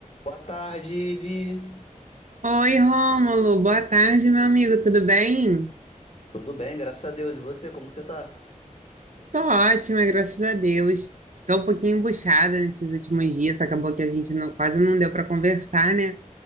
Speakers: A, on the left (about 55°); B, on the right (about 65°).
A: Boa tarde, Ivi.
B: Oi, Rômulo. Boa tarde, meu amigo. Tudo bem?
A: Tudo bem, graças a Deus. E você, como que você tá?
B: Tô ótima, graças a Deus. Tô um pouquinho embuchada nesses últimos dias. Acabou que a gente não- quase não deu para conversar, né?